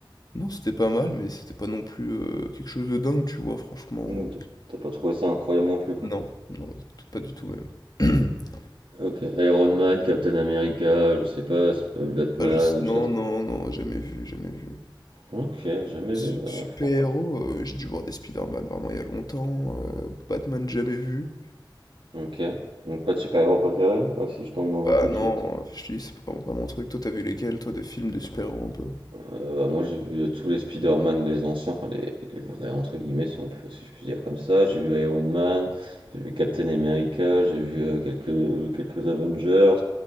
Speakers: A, on the left; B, on the right.
A: Non, c'était pas mal, mais c'était pas non plus euh, quelque chose de dingue, tu vois, franchement.
B: Donc, T'as t'as pas trouvé ça incroyable non plus, quoi.
A: Non, non, tout- pas du tout même. <clears throat>
B: OK, Iron Man, Captain America, je sais pas, Sp- Batman,
A: Ah, je Non,
B: tout ça. t'as-
A: non, non, jamais vu, jamais vu.
B: OK, jamais
A: Su-
B: vu, bah,
A: Super-héros,
B: franchement.
A: euh, j'ai dû voir des Spider-Man vraiment il y a longtemps. euh, Batman, jamais vu.
B: OK. Donc pas de super-héros préféré? Ah, si je t'en demande
A: Bah
B: un tout
A: non,
B: de suite.
A: je te dis, c'est vraiment pas mon truc. Toi, t'as vu lesquels, toi, de films de super-héros un peu?
B: Euh, bah, moi j'ai vu tous les Spider-Man, les anciens, enfin les, les vrais entre guillemets si on peut, si je puis dire comme ça. J'ai vu Iron Man, j'ai vu Captain America, j'ai vu euh, quelques quelques Avengers,